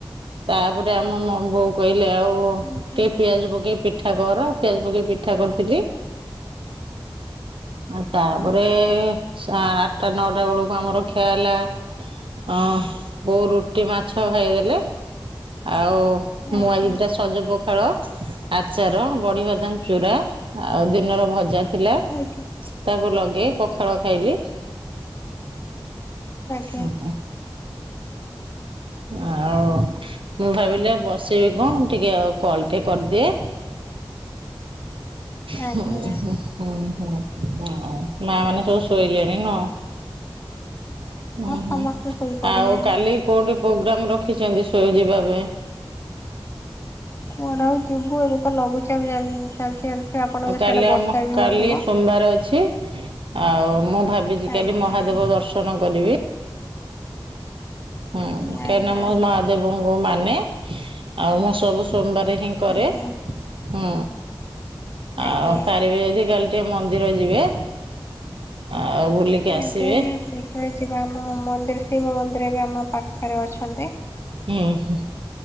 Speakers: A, on the right; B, on the left.
A: ତାପରେ ଆମ ମ ବୋଉ କହିଲେ ଆଉ
B: ହୁଁ
A: ଟିକେ
B: ହୁଁ
A: ପିଆଜ ପକେଇ ପିଠା କର ପିଆଜ ପକେଇ ପିଠା କରିଥିଲି ଆଉ ତାପରେ
B: ହୁଁ
A: ସା ଆଠଟା ନଅଟା ବୁଳୁକୁ ଆମର ଖିଆ ହେଲା। ଅଁ ବୋଉ ରୁଟି ମାଛ ଖାଇଦେଲେ ଆଉ
B: ଆଜ୍ଞା
A: ମୁଁ ଆଜିି
B: ହୁଁ ଆଜ୍ଞା
A: ଦିଟା ସଜ ପଖାଳ ଆଚାର ବଡି ବାଦାମ ଚୁରା ଆଉ ଟଳ ଭଜା ଥିଲା
B: ଆଜ୍ଞା
A: ତାକୁ ଲଗେଇ ଖାଇଲି।
B: ହୁଁ
A: ହଁ ଆଉ ମୁଁ ଭାବିଲି ଆଉ ବସିବି କଣ ଟିକେ ଆଉ କଲ ଟେ କରିଦିଏ।
B: ଆଜ୍ଞା
A: ହଁଁ
B: ହଁ
A: ହୁଁ ହୁଁ ହଁ ମା ମାନେ ସବୁ ଶୋଇଲେଣି ନ ହୁ ହୁଁ
B: ସମସ୍ତେ ଶୋଇପଡିଲେଣି
A: ଆଉ କାଲି କୋଉଠି ପ୍ରୋଗ୍ରାମ ରଖିଛନ୍ତି ସୁଇଯିବା ପାଇଁ।
B: କୁଆଡେ ଆଉ ଯିବୁ ଏବେ ତ ଲଘୁଚାପ ଚାଲିଛି। ଆପଣଙ୍କ
A: କାଲି
B: ସିଆଡେ ବର୍ଷା
A: ଆମ
B: ବି
A: କାଲି
B: ହଉଥିବ
A: ସୋମବାର ଅଛି ଆଉ ମୁଁ ଭାବି ଫିଜିକାଲି
B: ଆଜ୍ଞା।
A: ମହାଦେବ ଦର୍ଶନ କରିବି। ହୁଁ କାହିଁକିନା
B: ଆଜ୍ଞା
A: ମୁଁ ମହାଦେବଙ୍କୁ ମାନେ ଆଉ ମୁଁ ସବୁ ସୋମବାର ହିଁ କରେ
B: ଆଜ୍ଞା
A: ହୁଁ ଆଉ
B: ଆଜ୍ଞା।
A: ପାରିବେ ଯଦି କାଲି ଟିକେ ମନ୍ଦିର ଯିବେ। ଆଉ ବୁଲିକି
B: ଆଜ୍ଞା
A: ଆସିବେ।
B: <unintelligible> <unintelligible> ଯିବା ଆମ ମନ୍ଦିର ଶିବ ମନ୍ଦିର ବି ଆମ ପାଖରେ ଅଛନ୍ତି।
A: ହୁଁ ହୁଁ